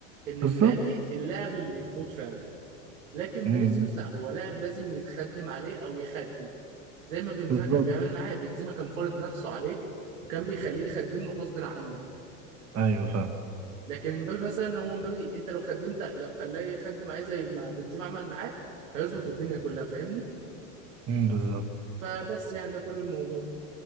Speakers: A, on the right; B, on the right.
A: ان
B: بالظبط
A: مبابي اللاعب اللي يقود فعلا لكن
B: امم
A: فينيسيوس لا هو لاعب لازم يتخدم عليه او يخدم زي ما بنزيما
B: بالظبط
A: كان بيعمل معاه بنزيما كان فارض نفسه عليه وكان بيخليه يخدم له غصب عنه
B: ايوه فاهم
A: لكن مبابي مثلا هو مبابي انت لو خدمت لو خلاه يخدم عليه زي ما بنزيما عمل معاه هيظبط الدنيا كلها فاهمني
B: امم بالظبط
A: فبس يعني ده كل الموضوع